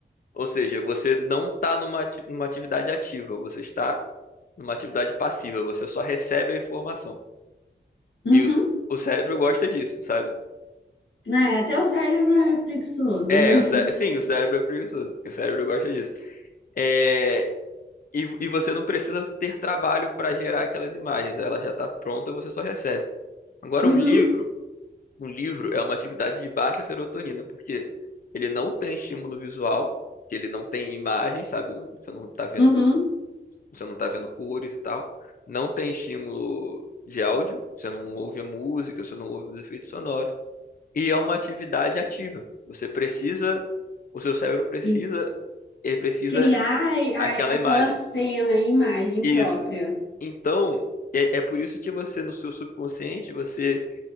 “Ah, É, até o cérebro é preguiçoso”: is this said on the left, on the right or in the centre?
Left